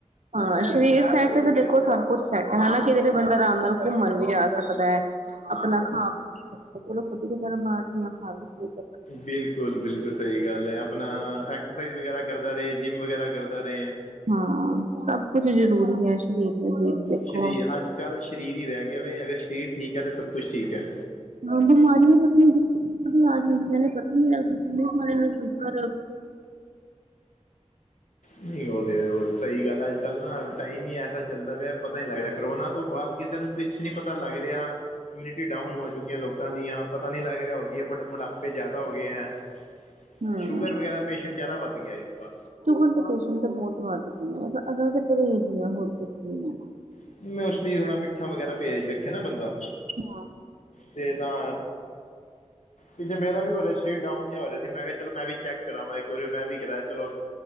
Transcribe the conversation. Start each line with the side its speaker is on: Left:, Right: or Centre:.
Right: ਹਾਂ ਸਰੀਰ ਸੈੱਟ ਏ ਤੇ ਦੇਖੋ ਸਭ ਕੁੱਛ ਸੈੱਟ ਹੈਨਾ। ਕਿਧਰੇ ਬੰਦਾ ਆਰਾਮ ਨਾਲ ਘੁੰਮਣ ਵੀ ਜਾ ਸਕਦਾ ਹੈ ਆਪਣਾ ਖਾ ਬਾਰ ਦੀਆਂ <unintelligible>
Left: ਬਿਲਕੁਲ ਬਿਲਕੁਲ ਸਹੀ ਗੱਲ ਏ ਆ ਆਪਣਾ ਐਕਸਰਸਾਈਜ਼ ਵਗੈਰਾ ਕਰਦਾ ਰਹੇ ਜਿੰਮ ਵਗੈਰਾ ਕਰਦਾ ਰਹੇ
Right: ਹਾਂ ਸਭ ਕੁਛ ਜ਼ਰੂਰੀ ਹੈ ਸਰੀਰ ਲਈ ਦੇਖੋ।
Left: ਸ਼ਰੀਰ ਅੱਜ ਕੱਲ ਸ਼ਰੀਰ ਈ ਰਹਿ ਗਿਆ ਵੇ ਅਗਰ ਸ਼ ਸ਼ਰੀਰ ਠੀਕ ਹੈ ਤੇ ਸਭ ਕੁੱਛ ਠੀਕ ਹੈ।
Right: <unintelligible>
Left: ਨਹੀਂ ਉਹ ਤੇ ਉਹ ਤੇ ਸਹੀ ਗੱਲ ਹੈ ਅੱਜ ਕੱਲ੍ਹ ਨਾ ਟਾਈਮ ਹੀ ਐਸਾ ਚੱਲਦਾ ਪਿਆ ਪਤਾ ਨਹੀਂ ਲੱਗ ਰਿਹਾ ਕਰੋਨਾ ਤੋਂ ਬਾਅਦ ਕਿਸੇ ਨੂੰ ਕੁੱਛ ਨੀ ਪਤਾ ਲੱਗ ਰਿਹਾ ਇਮਿਊਨਿਟੀ ਡਾਊਨ ਹੋ ਚੁੱਕੀਆਂ ਲੋਕਾਂ ਦੀਆਂ ਪਤਾ ਨੀ ਲੱਗ ਰਹਿਆ <unintelligible> ਮੋਟਾ ਜ਼ਿਆਦਾ ਹੋ ਗਏ ਹੈ
Right: ਹਮ
Left: ਸ਼ੂਗਰ ਵਗੈਰਾ ਪੇਸ਼ੈਂਟ ਜਿਆਦਾ ਵੱਧ ਗਿਆ ਇਸ ਵਾਰ।
Right: ਸ਼ੂਗਰ ਦੇ ਪੇਸ਼ੈਂਟ ਤਾਂ ਬਹੁਤ ਵੱਧ ਗਏ ਨੇ ਅਗਰ ਤਾਂ ਪਰਹੇਜ਼ ਹੀ ਆ ਹੋਰ ਕੁਛ ਨੀ ਆ।
Left: <unintelligible> ਥੋੜਾ ਮਿੱਠਾ ਵਗੈਰਾ ਭੇਜ ਰੱਖੇ ਨਾ ਬੰਦਾ,
Right: ਹੈ।
Left: ਤੇ ਤਾਂ ਨੀ ਤੇ ਮੇਰਾ ਵੀ ਹੋ ਰਿਹਾ ਸਰੀਰ ਡਾਊਨ ਜਿਹਾ ਹੋ ਰਿਹਾ ਸੀ ਮੈਂ ਕਿਹਾ ਚਲੋ ਮੈਂ ਵੀ ਚੈੱਕ ਚੈੱਕ ਕਰਾਵਾਂ ਇੱਕ ਵਾਰੀ ਮੈਂ ਵੀ ਕਹਿਆ ਚਲੋ